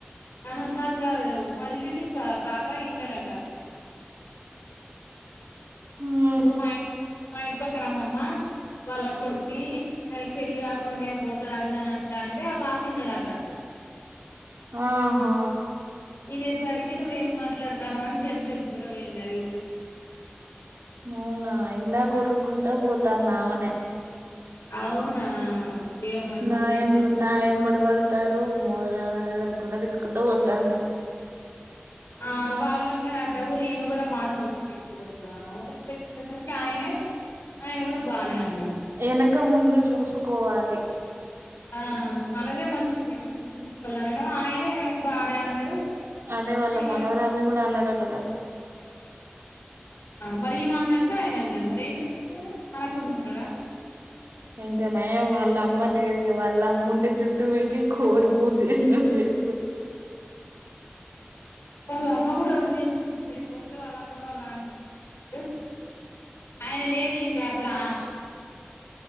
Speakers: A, on the left; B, on the right.
A: ఆహా కా కాదు మా రిలేటివ్స్ తాతా ఇన్నాడట
B: ఉ
A: ఇప్పుడు మా మ ఇంటి పక్నా అమ్మమ్మా వాళ్ళ <unintelligible> వానికి పెళ్ళి కాకుండానే పోతాడు అని అంటా అంటే అ తాత విన్నాడట
B: ఆహా
A: వినేసరికి నువ్వేం మాట్లాతావనవ్ అని చీరసేపు కూడ వెేయింది అది గూడ
B: అవునా ఇందక కొర్ర కుంటా పోతంది ఆమనే
A: అవునా ఏమో మరి
B: నా
A: మళ్ళీ
B: ఏం
A: గొడవ అయింది.
B: నా ఏమడబడతారు మోర అనుకుంటా విట్కుంటా పోతుంది
A: ఆ వాళ్ళ మరి అడ్డగురు ఈమె కూడ మాట వదిలిపెట్టిపోతుందా వదిలిపెట్టిసరికి ఆయనే ఆయిన కూడ బానే ఉన్నాడు
B: ఎనక ముందు చూసుకోవాలే
A: ఆ మనదే మంచిది <unintelligible> అనడం ఆయనే బానే అన్నాడు
B: అదే వాళ్ళ
A: ఈమె
B: మనవరాల్ని కూడ అన్నాడటగ
A: మరి ఇమ అన్నాక ఆయన అన్నాడు మరి ఏం చేస్తడు అనకుండ ఉంటాడా
B: ఇంకా నయం వాళ్ళ అమ్మ లేదు వాళ్ళ అమ్మ ఉంటే జుట్టు పికి కోరి పూజ <unintelligible>
A: వాళ్ళ అమ్మ కూడ ఉండింది కొంచసేపు ఊరితే వాళ్ళ అమ్మని వాళ్ళ <unintelligible> ఆయన లేడు ఇంకా అసలా